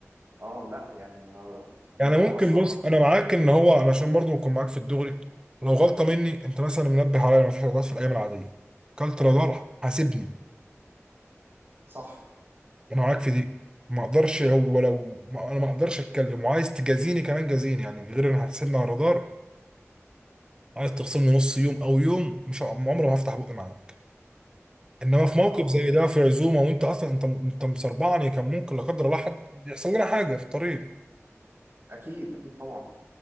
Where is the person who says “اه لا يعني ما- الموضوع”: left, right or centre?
Right